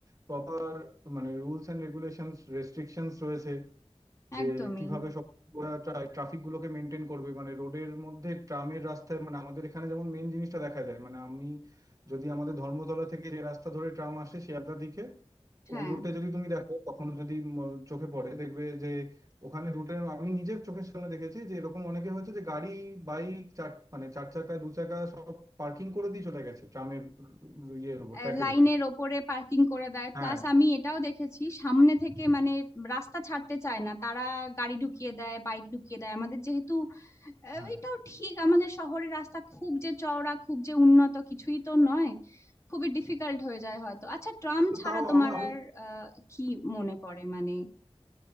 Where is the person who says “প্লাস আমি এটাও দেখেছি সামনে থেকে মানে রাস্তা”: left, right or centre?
Left